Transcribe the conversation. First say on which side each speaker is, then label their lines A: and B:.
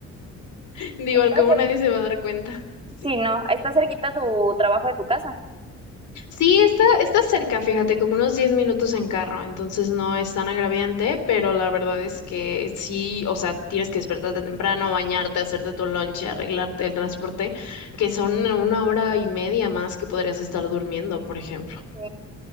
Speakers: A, on the left (about 75°); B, on the right (about 20°).
A: <laughs> Digo,
B: estás
A: al cabo nadie se va a dar cuenta. <laughs> sí.
B: Sí, no, está cerquita tu trabajo de tu casa.
A: Sí, está, está cerca, fíjate, como unos 10 minutos en carro, entonces no es tan agraviante, pero la verdad es que sí, o sea, tienes que despertarte temprano, bañarte, hacerte tu lunch, arreglarte el transporte, que son una hora y media más que podrías estar durmiendo, por ejemplo.
B: Sí.